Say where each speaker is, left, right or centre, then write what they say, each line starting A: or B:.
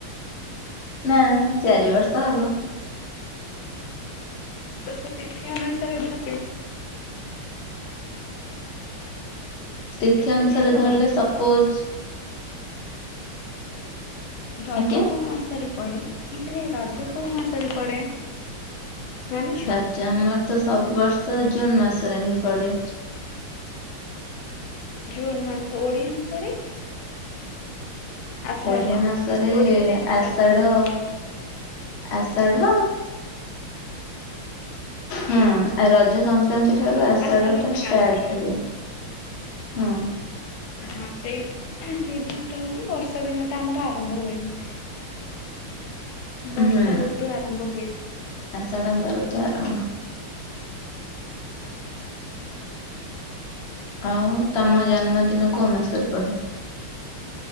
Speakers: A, on the left; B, on the left.
A: ନାଁ ଚାରି ବର୍ଷ ହବ।
B: ତ ସେ ତିଥି ଅନୁସାରେ ଭୁ
A: ତିଥି ଅନୁସାରେ
B: ଆଚ୍ଛା ରଜ
A: ଧରିଲେ ସପୋଜ୍
B: ରଜ
A: ଆଜ୍ଞା
B: କୋଉ ମାସରେ ପଡେ ମୁ କହିଲି ରଜ କୋଉ ମାସରେ ପଡେ? ଜାଣିଛ?
A: ରଜ ଆମର ତ ସବୁ ବର୍ଷ ଜୁନ୍ ମାସରେ ହିଁ ପଡେ।
B: ଜୁନ୍ ମାସ ଓଡ଼ିଆ ମାସରେ ଆଷାଢ
A: ଓଡ଼ିଆ ମାସରେ
B: ଓଡିଆରେ
A: ଆଷାଢ
B: ମାସରେ।
A: ଆଷାଢ। ହୁଁ ଆଉ ରଜ ସଂକ୍ରାନ୍ତି
B: ଆଷା
A: ଠାରୁ ଆଷାଢଟା
B: ଆଷାଢ ଫାଷ୍ଟରେ
A: ଷ୍ଟାର୍ଟ୍ ହୁଏ, ହୁଁ।
B: ହଁ ସେଇ ସେଇଦିନଠାରୁ ହିଁ ବର୍ଷା ଦିନ ଟା ଆମର ଆରମ୍ଭ ହୁଏନି ବର୍ଷା
A: ହୁଁ
B: ଋତୁ ଆରମ୍ଭ ହୁଏ।
A: ଆଷାଢ <unintelligible> ଋତୁ ଆରମ୍ଭ। ଆଉ ତମ ଜନ୍ମଦିନ କୋଉ ମାସରେ ପଡେ?